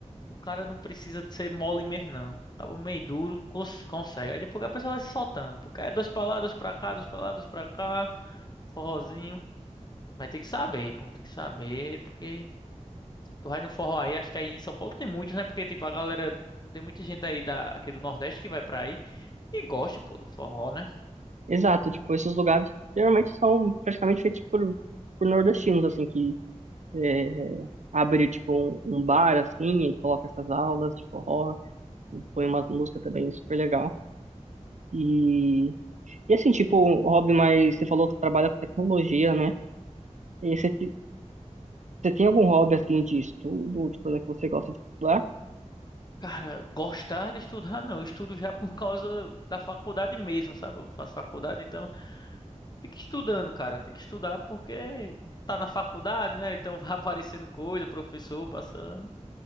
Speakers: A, on the left (about 35°); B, on the right (about 70°).
A: o cara não precisa ser mole mesmo, não. Acaba meio duro, cons- consegue. Aí depois a pessoa vai se soltando. Porque é dois pra lá, dois pra cá, dois pra lá, dois pra cá. Forrozinho. Vai ter que saber, pô. Tem que saber, porque. Tu vai no forró aí, acho que aí em São Paulo tem muitos, né? Porque, tipo, a galera. Tem muita gente aí da, aqui do Nordeste que vai pra aí e gosta, pô, do forró, né?
B: Exato, tipo, esses lugares geralmente são praticamente feitos por, por nordestinos, assim, que é, abre tipo um, um bar assim e coloca essas aulas de forró, põe umas músicas também super legal. E, e assim, tipo, um hobby mais, você falou que trabalha com tecnologia, né? E você, te- você tem algum hobby assim de estudo, de coisa que você gosta de estudar?
A: Cara, gostar de estudar, não. Eu estudo já <laughs> por causa da faculdade mesmo, sabe? Eu faço faculdade, então fica estudando, cara. Tem que estudar porque tá na faculdade, né? Então vai <laughs> aparecendo coisa, professor passando.